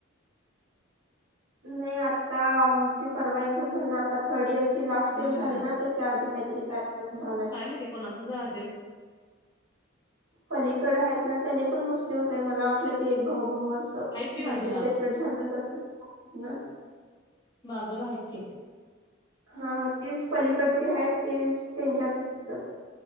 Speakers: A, on the right (about 70°); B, on the left (about 20°).
A: नाही आता आमची परवा एक्झाम झाली ना आता थर्ड इयर लास्ट
B: हम्म
A: टइम झालय ना त्याच्या आधी काहीतरी कार्यक्रम झालाय.
B: काय माहिती कोणाचच असेल
A: पलीकड आहेत ना त्याने पण मुस्लिम आहे मला वाट लं ते भाऊ भाऊ असं
B: आहेत की बाजूला
A: म्हणजे सेपरेट झाल्यानंतर ना.
B: बाजूला हायत की.
A: हा म तेच पलीकडचे आहेत तेच त्यांच्यात होत.